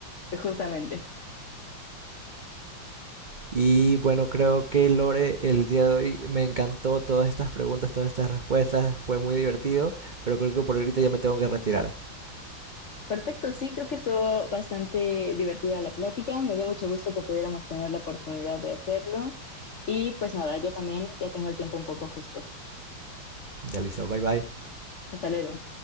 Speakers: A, on the left; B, on the right.
A: justamente.
B: Y bueno, creo que Lore, el día de hoy me encantó todas estas preguntas, todas estas respuestas, fue muy divertido, pero creo que por ahorita ya me tengo que retirar.
A: Perfecto, sí, creo que estuvo bastante divertida la plática. Me dio mucho gusto que pudiéramos tener la oportunidad de hacerlo. Y pues nada, yo también ya tengo el tiempo un poco justo.
B: Ya listo, bye bye.
A: Hasta luego.